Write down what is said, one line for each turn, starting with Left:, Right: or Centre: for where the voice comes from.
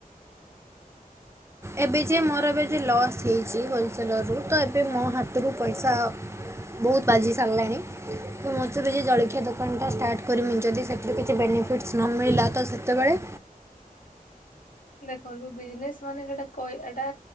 Right: ଏବେ ଯାଏ ମୋର ଏବେ ଯୋଉ ଲସ୍ ହେଇଚି। ହୋଲସେଲରରୁ ତ ଏବେ
Left: କାହିଁକି
Right: ମୋ ହାତରୁ ପଇସା ବୋହୁତ ବାଜି ସାରିଲାଣି। <unintelligible> ଯୋଉ ଜଳଖିଆ ଦୋକାନଟା ଷ୍ଟାର୍ଟ କରିମି ଯଦି ସେଥିରୁ କିଛି ବେନିଫିଟସ୍ ନ ମିଳିଲା ତ ସେତେବେଳେ
Left: ଦେଖନ୍ତୁ ବିଜନେସ ମାନେ ସେଟା କଇ ଏଟା